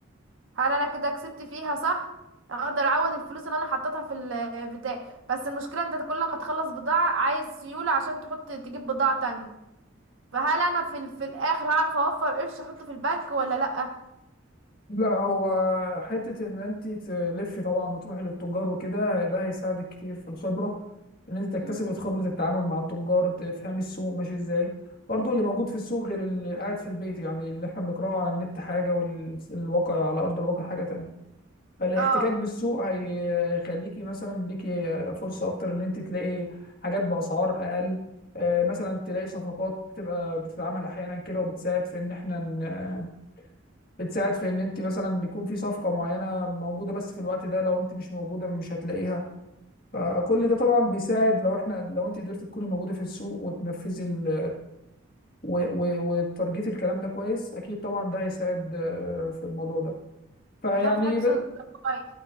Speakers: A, on the right (about 70°); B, on the left (about 45°).
A: هل انا كده كسبت فيها صح اقدر اعوض الفلوس اللي انا حطيتها في البتاع بس المشكلة انت كل ما تخلص بضاعة عايز سيولة عشان تحط تجيب بضاعة تانية فهل انا في, ال- في الاخر هعرف اوفر قرش احطه في البنك ولا لأ
B: لا هو حته ان انت تلفي طبعا وتروحي للتجار وكده ده هيساعدك كتير في الخبره ان انت تكتسبي
A: مم.
B: خبره التعامل مع التجار تفهمي السوق ماشي ازاي برضه اللي موجود في السوق غير اللي قاعد في البيت يعني اللي احنا بنقراه على النت حاجه والواقع على ارض الواقع حاجه تانية فالاحتكاك
A: اه
B: بالسوق هي- هيخليكي مثلا ليكي فرصة أكتر إن أنت تلاقي حاجات بأسعار أقل آه، مثلا تلاقي صفقات بتبقى بتتعمل أحيانا كده وبتساعد في إن إحنا ن- بتساعد في إن أنت مثلا يكون في صفقة معينة موجودة بس في الوقت ده لو أنت مش موجودة مش هتلاقيها فكل ده طبعا بيساعد لو إحنا لو أنت قدرت تكوني موجودة في السوق وتنفذي ال و- و- وتارجتي الكلام ده كويس أكيد طبعا ده هيساعد آه، في الموضوع ده فيعني
A: ده في حد صدق كويس